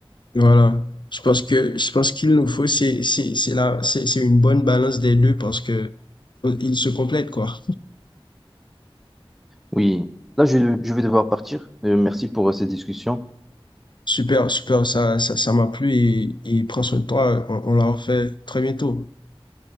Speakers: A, on the left; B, in the centre.
A: Voilà. Je pense que je pense qu'il nous faut c'est c'est c'est la c'est c'est une bonne balance des deux parce que euh, ils se complètent quoi.
B: Oui, là, je, je vais devoir partir. Euh, Merci pour euh, cette discussion.
A: Super, super, ça ça ça m'a plu et, et prends soin de toi, on, on l'a refait très bientôt.